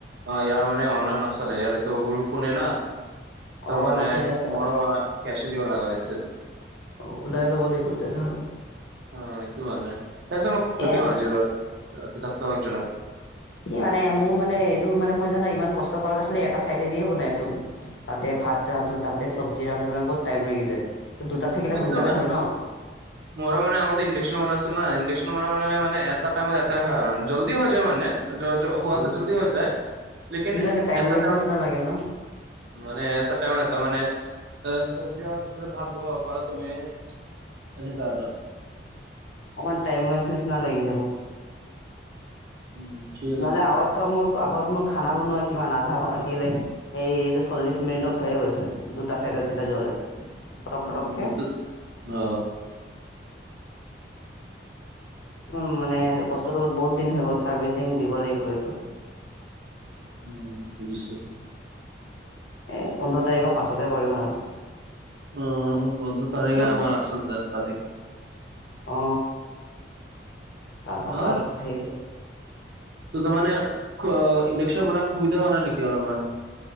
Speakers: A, on the right (about 75°); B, on the left (about 85°).
A: ইয়াৰ মানে অনলাইন নছলে, ইয়াৰ এইটো সৰুফোনে না। ত'
B: অ
A: মানে,
B: ঠিক আছে
A: মোৰো কেচ এ দিব লগা হৈছিল।
B: ওলাই ল'ব লাগিব তেনেহ'লে
A: অ', একো হোৱা নাই, তাৰ পিছত মই খুজিম
B: এ
A: আজি <unintelligible>
B: এই মানে মোৰ মানে, এইটো মানে মই জানো ইমান কষ্ট পায় খালি এটা চাইডেদিহে বনাই আছো। তাতে ভাত ৰান্ধো, তাতে চব্জি ৰান্ধো, মানে বহুত টাইম লাগি যায়। ত দুটা থাকিলে
A: সব <unintelligible>
B: সোনকালে হয় ন।
A: মোৰ মানে আগতে ইডাকচত বনাই আছিলো না, ইডাকচন বনালে মানে, মানে এটা টাইমত এটাই হয় আৰু জল্দি হৈ যায় মানে। হোৱাটো
B: উম
A: জল্দি হৈ যায়, লেকিন
B: কিন্তু এনে টাইম
A: এটা
B: ৱেষ্ট নিচিনা লাগে ন
A: মানে এটা টাইমৰ <unintelligible> তাৰ মাৱে চব্জি হোৱাৰ পিছতহে ভাত বহাওক। <unintelligible> তুমি এনেকা আৰু।
B: অকমান টাইম ৱেছ নিচিনা লাগিছে মোৰ।
A: উম ঠিক
B: নহ'লে
A: আছে
B: আগতে মোৰ, আগত মোৰ খানা বনোৱা কিমান আধা, কি, লা হেৰি এইটো চল্লিশ মিনিটত হৈয়ে গৈছিলে দুটা চাইডত যেতিয়া জ্বলে। ফটক
A: উম,
B: ফটককে
A: অ, অ,
B: উম, মানে বস্তুতটো বহুত দিন হৈ গ'ল চাৰ্ভিচ চিং দিব লাগিব এইটো,
A: উম, বুজিছোঁ
B: এই পোন্ধৰ তাৰিখৰ পাছতে কৰিম আৰু।
A: অ, বন্ধু তনেকে
B: কি
A: আৰ আছিল তাৰিখ
B: অ, তাৰ পাছত
A: আৰু
B: সেই
A: ত মান ইণ্ডকশন বন সুবিধা হোৱা নাই নেকি অলমান,